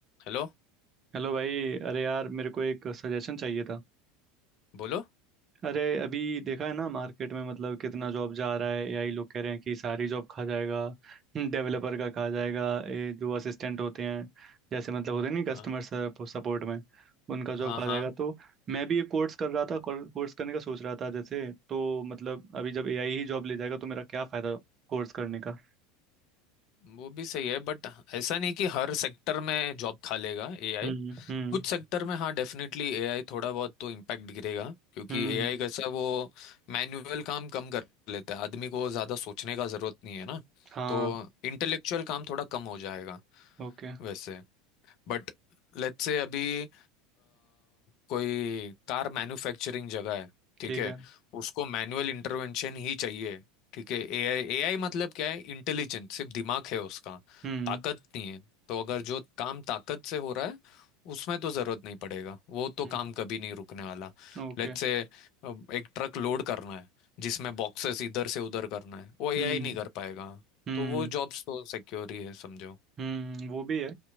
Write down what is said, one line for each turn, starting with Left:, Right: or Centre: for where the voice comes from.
Left: Hello
Right: Hello भाई अरे यार मेरे को एक सजेशन चाहिए था
Left: बोलो
Right: अरे अभी देखा है ना मार्केट में मतलब कितना जॉब जा रहा है एआई लोग कह रहे हैं कि सारी जॉब खा जाएगा डेवलपर का खा जाएगा ये जो असिस्टेंट होते हैं जैसे मतलब होते नहीं कस्टमर
Left: हाँ
Right: सपोर्ट में उनका जॉब
Left: हाँ
Right: खा
Left: हाँ,
Right: जाएगा तो मैं भी एक कोर्स कर रहा था कोर्स करने का सोच रहा था जैसे तो मतलब अभी जब एआई ही जॉब ले जाएगा तो मेरा क्या फायदा कोर्स करने का
Left: वो भी सही है बट ऐसा नहीं कि हर सेक्टर में जॉब खा लेगा एआई
Right: हम्म हम्म
Left: कुछ सेक्टर में हाँ डेफिनेटली एआई थोड़ा बहुत तो इम्पैक्ट गिरेगा क्योंकि
Right: हम्म
Left: एआई कैसा है, वो मैनुअल काम कम कर लेता है आदमी को ज़्यादा सोचने का ज़रूरत नहीं है ना
Right: हाँ
Left: तो इंटेलेक्चुअल काम थोड़ा कम हो जाएगा
Right: ओके
Left: वैसे बट लेट से अभी अ, कोई कार मैन्युफैक्चरिंग जगह है ठीक
Right: ठीक
Left: है
Right: है
Left: उसको मैनुअल इंटरवेंशन ही चाहिए ठीक है एआई एआई मतलब क्या है इंटेलिजेंट सिर्फ दिमाग है उसका
Right: हम्म
Left: ताकत नहीं है तो अगर जो काम ताकत से हो रहा है उसमें तो जरूरत नहीं पड़ेगा वो तो
Right: हम्म,
Left: काम कभी नहीं रुकने वाला
Right: ओके
Left: लेट से एक ट्रक लोड करना है जिसमें बॉक्सेस इधर से उधर करना है वो एआई
Right: हम्म
Left: नहीं कर पाएगा
Right: हम्म
Left: तो वो जॉब्स तो सिक्योर ही है समझो
Right: हम्म वो भी है